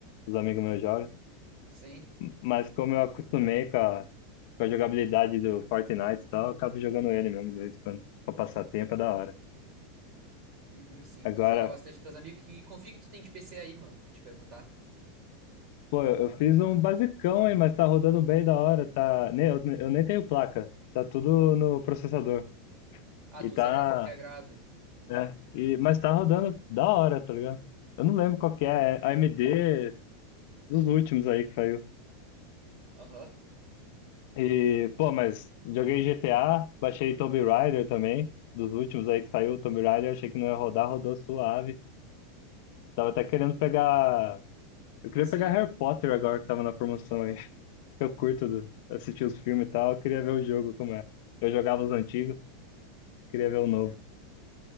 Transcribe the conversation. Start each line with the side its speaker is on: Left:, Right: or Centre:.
Left: Os amigos meus jogam.
Right: Sim,
Left: Mas como eu acostumei com a, com a jogabilidade do Fortnite e tal, eu acabo jogando ele mesmo de vez em quando. Pra passar tempo é da hora.
Right: uhum, sim.
Left: Agora,
Right: Tu joga bastante com teus amigos, que config tu tem de PC aí, mano? Te perguntar.
Left: pô, eu fiz um basicão aí, mas tá rodando bem da hora. Tá... Nem, eu, eu nem tenho placa. Tá tudo no processador.
Right: Ah,
Left: E
Right: tu
Left: tá.
Right: usa gráfico integrado.
Left: É, e, mas tá rodando da hora, tá ligado? Eu não lembro qual que é, é AMD dos últimos aí que saiu.
Right: Aham,
Left: E, pô, mas joguei GTA, baixei Tomb Raider também, dos últimos aí que saiu, o Tomb Raider, achei que não ia rodar, rodou suave. Tava até querendo pegar. Eu queria
Right: sim.
Left: pegar Harry Potter agora que tava na promoção aí. <laughs> Eu curto do- assistir os filmes e tal, eu queria ver o jogo como é. Eu jogava os antigos, queria ver o novo.